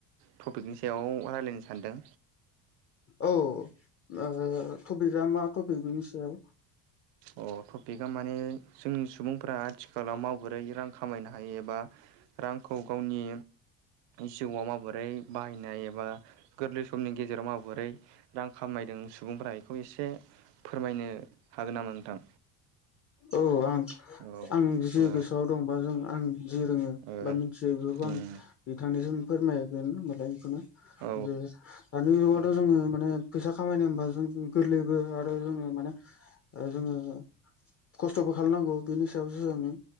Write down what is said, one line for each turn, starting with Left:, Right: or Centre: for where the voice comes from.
Right: टपिकनि सायाव रायज्लायनो सानदों
Left: औ ओ थपिकआ मा थपिक बिनि सायाव?
Right: अ टपिकआ माने जों सुबुंफोरा आथिखालाव माबोरै रां खामायनो हायो एबा रांखौ गावनि जिउआव माबोरै बाहायनाय एबा गोरलै समनि गेजेराव माबोरै रां खामायदों सुबुंफोरा बेखौ एसे फोरमायनो हागोन नामा नोंथां
Left: औ आं
Right: औ
Left: आं जि
Right: ओ
Left: गोसोआव दं बा जों आं जि रोङो
Right: ओ
Left: बा मिथियो बेफोरखौ आं
Right: उम
Left: बिथांनिसिम फोरमायगोन होनबालाय बेखौनो।
Right: औ
Left: जे दानि जुगावथ'
Right: औ
Left: जोङो माने फैसा खामायनो हमबा जों गोरलै आरो जोङो माने जोङो खस्थ'बो खालामनांगौ बेनि सायावसो जोङो